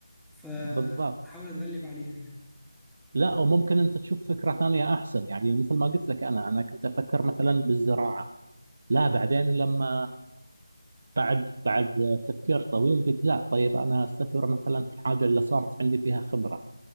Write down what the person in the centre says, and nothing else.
فاحاول
اتغلب عليها يعني